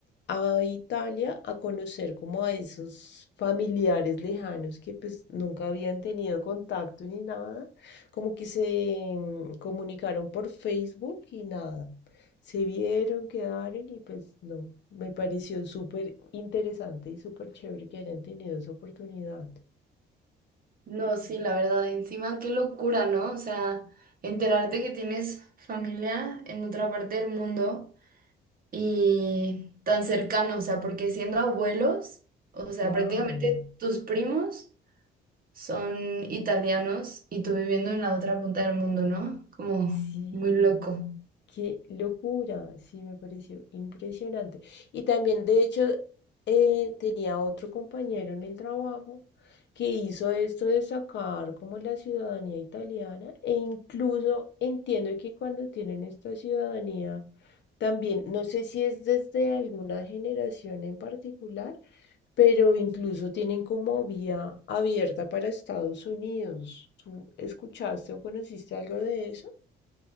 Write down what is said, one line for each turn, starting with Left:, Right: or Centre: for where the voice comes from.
Left: a Italia a conocer como a esos familiares lejanos que pues nunca habían tenido contacto ni nada, como que se mm, comunicaron por Facebook y nada, se vieron, quedaron y pues no, me pareció súper interesante y súper chévere que hayan tenido esa oportunidad.
Right: No, sí, la verdad, encima qué locura, ¿no? O sea, enterarte que tienes familia en otra parte del mundo y tan cercano, o sea, porque siendo abuelos, o sea,
Left: Claro,
Right: prácticamente tus primos son italianos y tú viviendo en la otra punta del mundo, ¿no? Como
Left: sí.
Right: muy loco.
Left: Qué locura, sí, me pareció impresionante. Y también, de hecho, eh, tenía otro compañero en el trabajo que hizo esto de sacar como la ciudadanía italiana e incluso entiendo que cuando tienen esta ciudadanía también, no sé si es desde alguna generación en particular, pero incluso tienen como vía abierta para Estados Unidos. ¿Tú escuchaste o conociste algo de eso?